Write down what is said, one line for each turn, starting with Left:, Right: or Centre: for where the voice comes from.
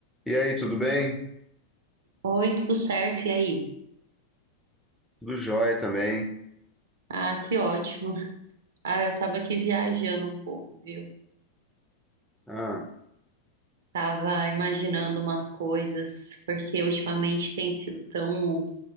Centre: E aí, tudo bem?
Right: Oi, tudo certo? E aí?
Centre: Tudo jóia também.
Right: Ah, que ótimo. Ah, eu tava aqui viajando um pouco, viu?
Centre: Ah,
Right: Tava imaginando umas coisas, porque ultimamente tem sido tão